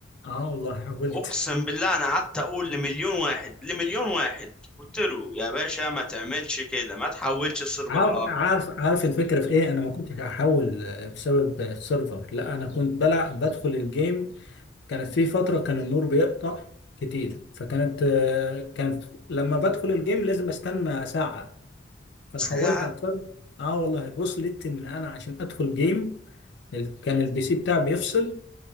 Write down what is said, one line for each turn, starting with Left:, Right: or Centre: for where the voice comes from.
Left: اه والله حولت
Centre: اقسم بالله انا قعدت اقول لمليون واحد لمليون واحد قلت له يا باشا ما تعملش كده ما تحولش الصير بالعرض
Left: عارف عارف عارف الفكره في ايه انا ما كنتش احول آه، بسبب السيرفر لا انا كنت بلعب بدخل الجيم كانت في فتره كان النور بيقطع كتير فكانت آه، كان لما بدخل الجيم لازم استنى ساعه فانا
Centre: ساعة
Left: حولت على السيرفر اه والله وصلت ان انا عشان ادخل جيم ال- كان البي سي بتاعي بيفصل